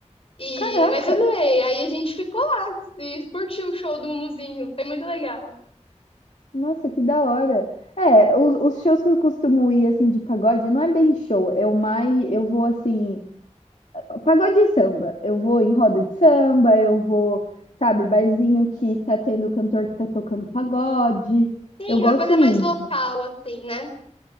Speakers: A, on the left; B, on the left.
A: E
B: Caraca!
A: mas tudo bem, aí a gente ficou lá e curtiu o show do Mumuzinho, foi muito legal.
B: Nossa, que da hora. É, os, os shows que eu costumo ir, assim, de pagode, não é bem show, eu mais, eu vou, assim, pagode e samba. Eu vou em roda de samba, eu vou, sabe, barzinho que tá tendo cantor que tá tocando pagode.
A: Sim,
B: Eu gosto
A: uma coisa
B: muito.
A: mais local assim, né?